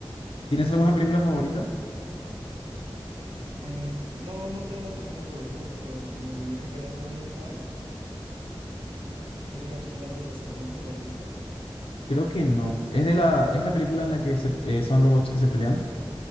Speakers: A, on the left; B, on the right.
A: ¿Tienes alguna película favorita?
B: Eh, no, no tengo una película favorita, pero si me tendría que quedar con una, sería Gigantes de Acero. No sé si la has visto.
A: Creo que no. Es de la, es la película
B: Gi-
A: en la que se, eh, son robots que se pelean.